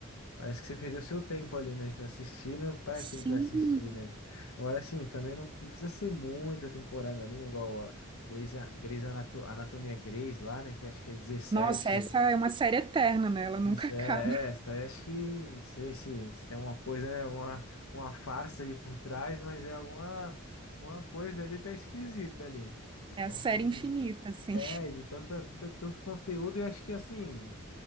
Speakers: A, on the left; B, on the right.
A: parece que você perdeu seu tempo ali, né? Tipo, assistindo, pra
B: Sim.
A: que que eu assisti, né? Agora, assim, também não, não precisa ser muita temporada ali, né? Igual a Grey's, Grey's Anato- Anatomia Grey's lá, né? Que acho que é 17
B: Nossa, essa é uma série eterna, né? Ela nunca
A: isso
B: <laughs> acaba.
A: é, é essa. Eu acho que não sei se, se tem alguma coisa, né? Alguma uma farsa ali por trás, mas é alguma uma coisa ali tá esquisita ali. Por
B: É
A: conta
B: a série
A: de,
B: infinita,
A: de
B: assim.
A: é, de tanta, tanta- tanto conteúdo, eu acho que assim,